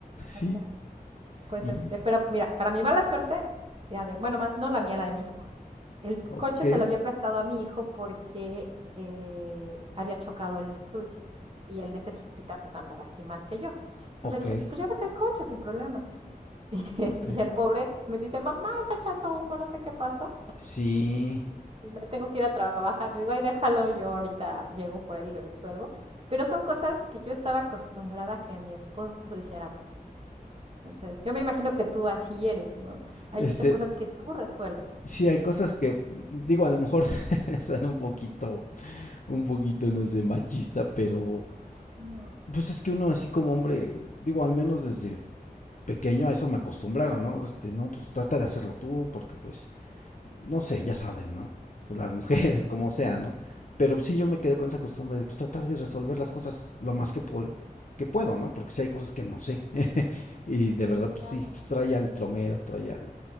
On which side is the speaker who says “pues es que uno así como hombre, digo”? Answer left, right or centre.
Left